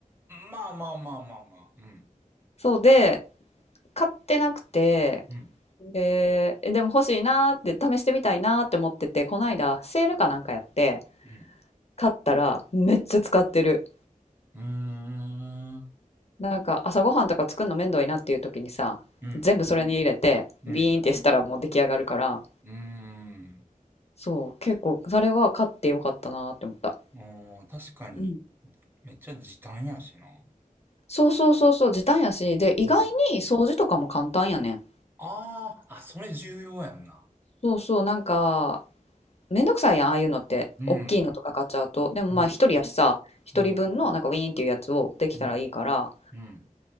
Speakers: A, on the right (about 15°); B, on the left (about 50°).
A: まあまあまあまあまあ。うん。
B: そうで、買ってなくて、
A: うん。
B: で、でも欲しいなーって試してみたいなーって思ってて、こないだセールかなんかやって、
A: うん。
B: 買ったらめっちゃ使ってる。
A: うーん。
B: なんか朝ごはんとか作るの面倒いなっていう時にさ、
A: うん。
B: 全部それに入れて、
A: うん。
B: ビーンってしたらもう出来上がるから、
A: うーん。
B: そう、結構それは買ってよかったなーって思った。
A: あー確かに、
B: うん。
A: めっちゃ時短やしな。
B: そうそうそうそう、時短やし、で、意外に掃除とかも簡単やねん。
A: うん。ああ、あ、それ重要やんな。
B: そうそう、なんか、めんどくさいやん、ああいうのって。
A: うん。
B: 大きいのとか買っちゃうと。でもまあ、
A: うん。
B: 一人やしさ、一人分のなんかウィーンっていうやつをできたらいいから、
A: うん。うん。うん。